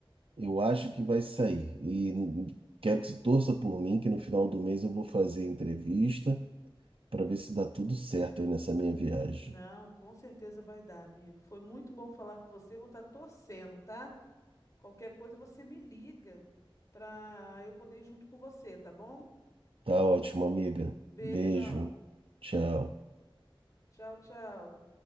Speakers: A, on the right; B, on the left.
A: eu acho que vai sair. E quero que se torça por mim, que no final do mês eu vou fazer a entrevista para ver se dá tudo certo aí nessa minha viagem.
B: Não, com certeza vai dar, amigo. Foi muito bom falar com você. Vou estar torcendo, tá? Qualquer coisa você me liga para eu poder ir junto com você, tá bom?
A: Tá ótimo, amiga.
B: Beijão.
A: Beijo. Tchau.
B: Tchau, tchau.